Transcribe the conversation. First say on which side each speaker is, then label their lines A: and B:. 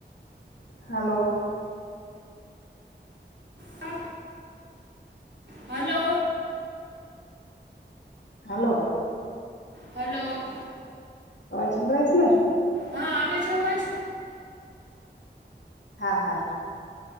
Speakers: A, on the left; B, on the right.
A: હાલો
B: છે? હલો
A: હલો
B: હલો
A: અવાજ છંભળ છે ને
B: હા આપ છે અમાજ
A: હા હા